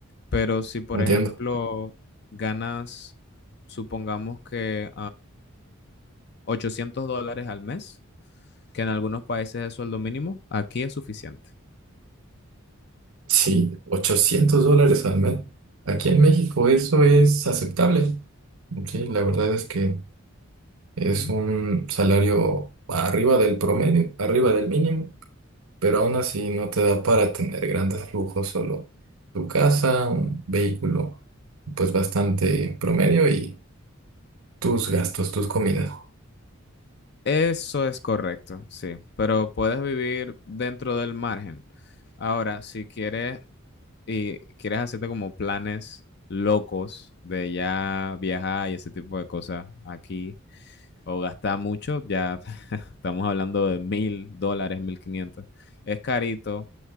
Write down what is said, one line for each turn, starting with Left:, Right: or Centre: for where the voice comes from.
Left: Pero si, por
Right: No Entiendo.
Left: ejemplo, ganas, supongamos que 800 dólares al mes, que en algunos países es sueldo mínimo, aquí es suficiente.
Right: Sí, 800 dólares al mes. Aquí en México eso es aceptable. Sí, la verdad es que es
Left: Ujú.
Right: un salario arriba del promedio, arriba del mínimo. pero aún así no te da para tener grandes lujos, solo tu casa, un vehículo, pues bastante promedio y tus gastos, tus comidas.
Left: Eso es correcto, sí, pero puedes vivir dentro del margen. Ahora, si quieres y quieres hacerte como planes locos de ya viajar y ese tipo de cosas aquí o gastar mucho, ya <laughs> estamos hablando de mil dólares, mil quinientos. Es carito